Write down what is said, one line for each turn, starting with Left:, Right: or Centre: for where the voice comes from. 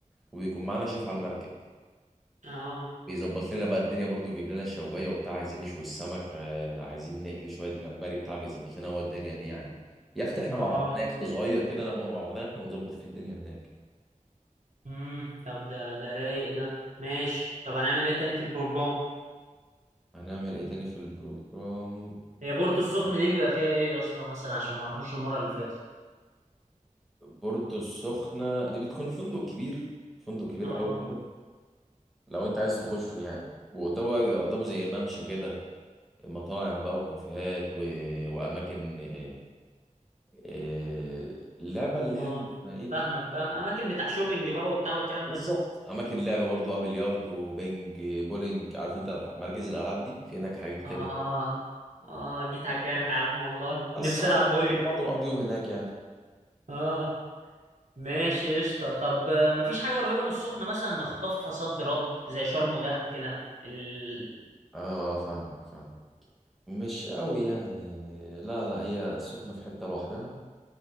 Centre: وبيكون معانا شيف على المركب
Right: اه
Centre: بيظبط لنا بقى الدنيا برضو يجيب لنا الشوايه وبتاع عايزين نشوي السمك آه، عايزين نقلي شويه جمبري بتاع بيظبط لنا هو الدنيا دي يعني يخت احنا مع
Right: اه
Centre: بعضنا يخت صغير كده ناخده مع بعضنا احنا ونظبط في الدنيا هناك
Right: امم طب ده ده رايق ده ماشي طب هنعمل ايه تاني في البروجرام
Centre: هنعمل ايه تاني في البروجرام
Right: هي بورتو السخنة دي بيبقى فيها ايه يا اسطى مثلا عشان ما رحناش المرة اللي فاتت
Centre: بورتو السخنة دي بتكون فندق كبير فندق كبير
Right: اه
Centre: قوي كده لو انت عايز تخشه يعني وقدامه بقى بيبقى قدامه زي ممشى كده مطاعم بقى وكافيهات و... واماكن آه، آه، اللعبة اللي
Right: اه
Centre: هي ال- اسمها ايه دي
Right: فاهمك فاهم اماكن بتاع شوبينج بقى وبتاع والكلام
Centre: بالظبط
Right: ده
Centre: اماكن لعبة برضو بقى بلياردو بينج بولينج عارف انت الح- مراكز الالعاب دي في هناك حاجات كده
Right: اه اه جيت على الجرح يا عم والله
Centre: بس
Right: نفسي
Centre: اه
Right: العب بولينج
Centre: نروح برضو نقضي يوم هناك يعني
Right: اه ماشي قشطة طب آه، مفيش حاجة قريبة من السخنة مثلا نخطفها صد رد زي شرم ودهب كده ال...
Centre: اه آه، فاهمك فاهمك مش قوي يعني لا لا هي السخنة في حتة لوحدها